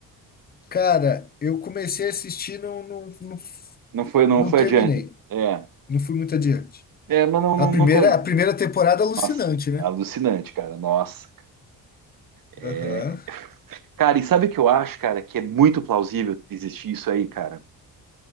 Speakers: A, on the left; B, on the right.
A: Cara, eu comecei a assistir, não, não, não,
B: Não foi, não
A: não
B: foi
A: terminei.
B: adiante. É,
A: Não fui muito adiante.
B: é, mas não,
A: A
B: não,
A: primeira,
B: não. con-
A: a primeira temporada é alucinante,
B: Nossa,
A: né?
B: alucinante, cara. Nossa. É,
A: Aham.
B: cara, e sabe o que eu acho, cara? Que é muito plausível existir isso aí, cara.